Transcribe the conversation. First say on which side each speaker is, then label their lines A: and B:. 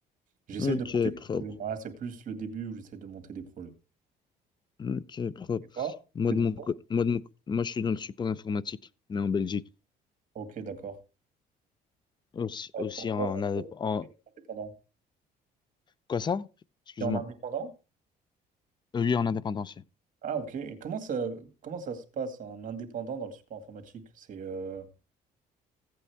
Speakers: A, on the right; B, on the left.
A: J'essaie
B: Ok,
A: de monter
B: propre.
A: des projets. Voilà, c'est plus le début où j'essaie de monter des projets.
B: Ok, propre.
A: Et toi,
B: Moi,
A: t'es
B: de
A: d'accord?
B: mon, co- moi, de mon, co- moi, je suis dans le support informatique, mais en Belgique.
A: Ok, d'accord.
B: Aussi,
A: Ouais,
B: aussi
A: pour une
B: en,
A: boîte, en
B: indép-
A: gros,
B: en,
A: t'es indépendant.
B: Quoi ça? Excuse-moi.
A: T'es en indépendant?
B: Euh, Oui, en indépendanciel.
A: Ah, ok. Et comment ça, comment ça se passe, un indépendant dans le support informatique? C'est, euh,